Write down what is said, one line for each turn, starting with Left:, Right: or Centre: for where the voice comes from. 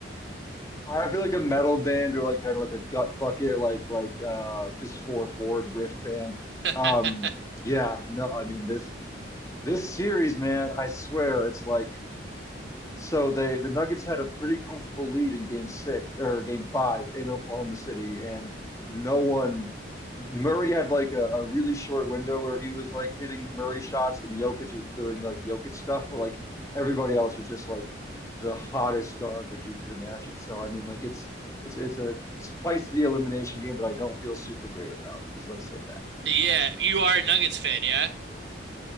Left: I feel like a metal band or like kind of like a gut bucket, like like uh, just four chord riff band.
Right: <laughs>
Left: Um, yeah, no, I mean this this series, man. I swear, it's like. So they the Nuggets had a pretty comfortable lead in game six or game five in Oklahoma City, and no one Murray had like a, a really short window where he was like hitting Murray shots and Jokic was doing like Jokic stuff, but like everybody else was just like the hottest garbage you could imagine. So I mean like it's it's it's a spicy elimination game, but I don't feel super great about is let's say that.
Right: Yeah, you are a Nuggets fan, yeah?